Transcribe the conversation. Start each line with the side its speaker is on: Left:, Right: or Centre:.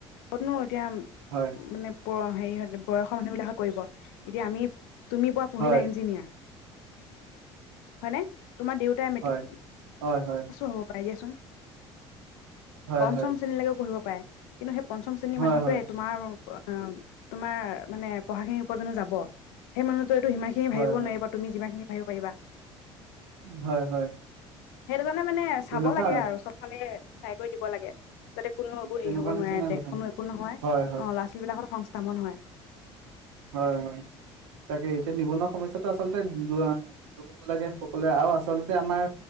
Left: কতনো এতিয়া
Right: হয়
Left: মানে হেৰি বয়সৰ মানুহ বিলাকে কৰিব এতিয়া আমি তুমি বোৱা পঢ়িলা
Right: হয়
Left: ইঞ্জিনিয়াৰ হয় ন তোমাৰ দেউতাই মেটিক
Right: হয় হয় হয়
Left: হ'ব পাই দিয়াচোন
Right: হয়
Left: পঞ্চম
Right: হয়
Left: শ্ৰেণীলৈকেও পঢ়িব পাৰে কিন্তু সেই পঞ্চম শ্ৰেণীৰ
Right: হয়
Left: মানুহটোৱে
Right: হয়
Left: তোমাৰ অ তোমাৰ মানে পঢ়াখিনিৰ উপৰত যানো যাব সেই মানুহ ত এই সিমানখিনি ভাবিব
Right: হয় হয়
Left: নোৱাৰিব তুমি যিমানখিনি পাৰিবা
Right: হয় হয়
Left: জানে মানে চাব
Right: তেনেকুৱা
Left: লাগে আৰু চবফালে চাই দিব লাগে যাতে কোনো একো হেৰি
Right: তেনেকুৱা
Left: হ'ব
Right: নিচিনা
Left: নোৱাৰে দেশ
Right: কথা
Left: কোনো একো নহয়
Right: হয় হয়
Left: অ ল'ৰা ছোৱালী বিলাকত সংচ তামন হয়
Right: হয় হয় তাকে এতিয়া নিবনুৱা সমস্যাটো আচলতে দু আ দুষ হ'ব লাগে সকলোৱে আৰু আচলতে আমাৰ